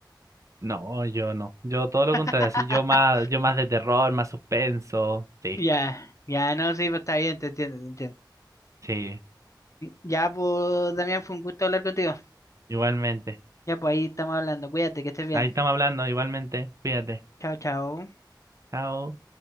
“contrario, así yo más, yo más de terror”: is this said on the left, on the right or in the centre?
Right